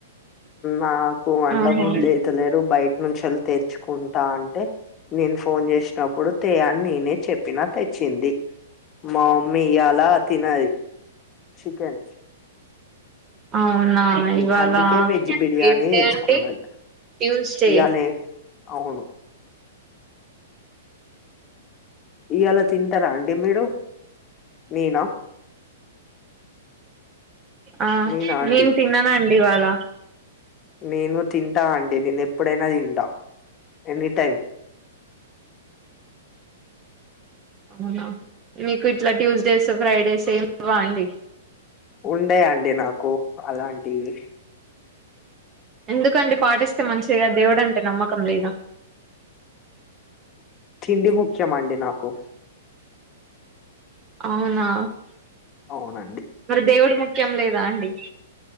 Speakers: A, on the left (about 20°); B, on the right (about 20°).
A: నాకు వండ
B: ఓహో
A: బుడ్డ అయితలేరు బయట నుంచి వెళ్ తెచ్చుకుంటా అంటే నేను ఫోన్ చేసినప్పుడు తే అని నేనే చెప్పినా తె వచ్చింది మాఅమ్మఇయ్యలా తినదు చికెన్
B: అవునా ఇవాళ
A: అందుకే వెజ్ బిర్యానీ
B: ఏండే
A: తెచ్చుకున్నది
B: అండి ట్యూస్డే
A: ఇయ్యాలే అవును ఇయ్యా లా తింటారా అండి మీరు నేనా
B: ఆ
A: నేనా అండి
B: నేను తిన నన్డి ఇ వాళ
A: నేను తింటా అండి నేను ఎప్పుడైనా తింటా ఎనీ టైం
B: అవునా మీకు ఇట్లా ట్యూస్డేస్ ఫ్రైడేస్ ఏమి లేవా అండి
A: ఉండ యండి నాకు అలాంటివి
B: ఎందుకండి పాటిస్తే మంచిగా దేవుడు అంటే నమ్మకం లేద
A: తిండి ముఖ్య మండి నాకు
B: అవునా
A: అవునండి
B: మరి దేవుడు ముఖ్యం లేదా అండి